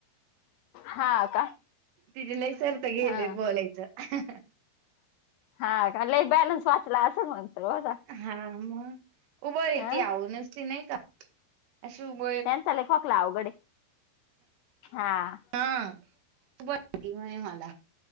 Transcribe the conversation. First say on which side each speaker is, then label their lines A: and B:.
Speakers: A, on the left; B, on the right.
A: हा का
B: तिजे लई सर तर गेले
A: हा
B: बोलायचं.
A: हा का ल बॅलन्स वाचला असेल म्हणत हो.
B: हा मग उबळ आहे
A: ह
B: ती आवूनच ती नाही का अशी उब
A: त्याम चाले खोकला अवघडे हा.
B: हा खपती म्ह मला.